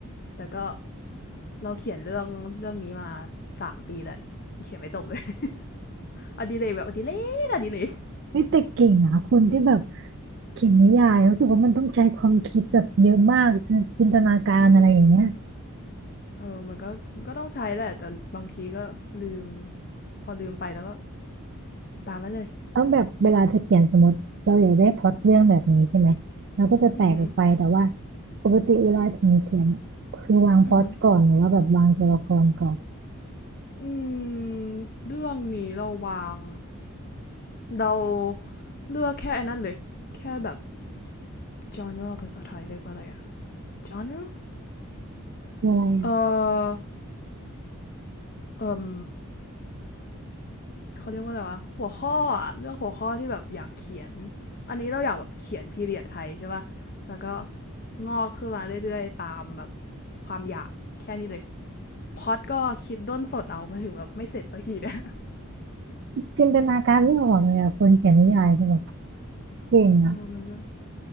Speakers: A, on the left; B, on the right.
A: แต่ก็ เราเขียนเรื่องเรื่องนี้มาสามปีเลยเขียนไม่จบเลย <laughs> อดิเรกแบบอดิเรกอดิเรก
B: เฮ้ยแต่เก่งอ่ะคนที่แบบเขียนนิยายรู้สึกว่ามันต้องใช้ความคิดแบบเยอะมากจินจินตนาการอะไรอย่างเงี้ย
A: อืมเออมันก็ก็ต้องใช้แหละแต่บางทีก็ลืมพอลืมไปแล้วก็ตามมาเลย
B: เอาแบบเวลาจะเขียนสมมติเราอยากได้พล็อตเรื่องแบบนี้ใช่ไหมเราก็จะแตกออกไปแต่ว่า
A: อือหือ
B: ปกติเวลาถึงเขียนอะคือวางพล็อตก่อนหรือว่าแบบวางตัวละครก่อน
A: อือหืออืมเรื่องนี้เราวางเราเลือกแค่นนั้นเลยแค่แบบ genre ภาษาไทยเรียกว่าอะไรอะ genre
B: คืออะไรอ่ะ
A: เอ่อเอ่ม เขาเรียกว่าอะไรวะหัวข้ออะเลือกหัวข้อที่แบบอยากเขียนอันนี้เราอยากแบบเขียนพีเรียดไทยใช่ป่ะแล้วก็งอกขึ้นมาเรื่อยๆตามแบบความอยากแค่นี้เลยพอดก็คิดด้นสดเอามาถึงแบบไม่เสร็จสักทีเนี่ย
B: จินตนาการไม่ออกเลยอ่ะคนเขียนนิยายจะแบบเก่งอ่ะ
A: <laughs> อ้มันก็